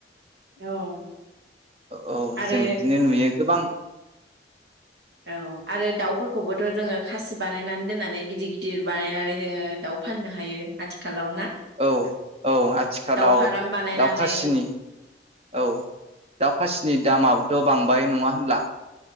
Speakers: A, on the right (about 70°); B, on the right (about 35°).
A: औ
B: औ
A: आरो
B: जों बिदिनो नुयो गोबां
A: औ आरो दाउफोरखौबोथ' जोंङो खासि बानायनानै दोननानै गिदिर-गिदिर बानायनानै जोंङो दाउ फाननो हायो आथिखालाव ना।
B: औ औ आथिखालाव
A: दाउ फाराम बानायनानै
B: दावखासिनि औ दाउखासिनि दामाबो थ' बांबाय नङा होनब्ला?